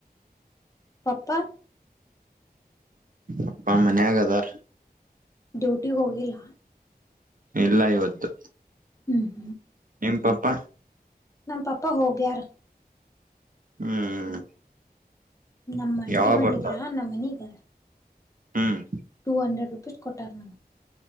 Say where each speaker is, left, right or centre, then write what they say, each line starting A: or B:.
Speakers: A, on the left; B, on the right.
A: ಪಪ್ಪಾ
B: ಅಪ್ಪ ಮನೆಯಾಗ ಅದಾರ
A: ಡ್ಯೂಟಿ ಹೋಗಿಲ್ಲ
B: ಇಲ್ಲ ಇವತ್ತು
A: ಹ್ಮ್
B: ನಿಮ್ ಪಪ್ಪಾ
A: ನಮ್ಮ ಪಾಪ ಹೋಗಯಾರ
B: ಹ್ಮ್
A: ನಮ್ಮ ಅಂಟಿ
B: ಯಾವಾಗ
A: ಬಂದಿದ್ರಾ
B: ಬರ್ತಾರ
A: ನಮ್ಮನೀಗ
B: ಹ್ಮ್
A: ಟು ಹಂಡ್ರೆಡ್ ರೂಪಿಸ್ ಕೊೊಟ್ಟಾರ ನ